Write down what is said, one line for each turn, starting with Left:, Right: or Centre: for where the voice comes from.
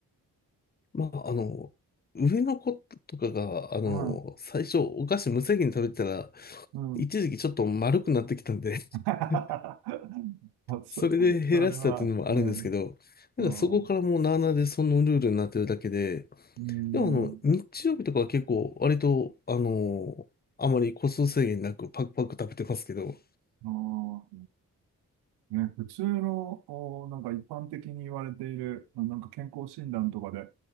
Left: まあ、あの、上の子とかが、あの、
Right: は
Left: 最初お菓子無制限に食べてたら、
Right: い、うん、
Left: 一時期ちょっと丸くなってきたんで、
Right: <laughs>
Left: <laughs>
Right: そ、
Left: それで減らしたっていうのもあるんですけど、
Right: それは、うん、
Left: なんかそこからもうなあなあでそのルールになってるだけで、
Right: あー、うーん、
Left: でもあの、日曜日とかは結構割と、あの、あまり個数制限なくパクパク食べてますけど、
Right: あーね、普通の、お、なんか一般的に言われている、あなんか健康診断とかで、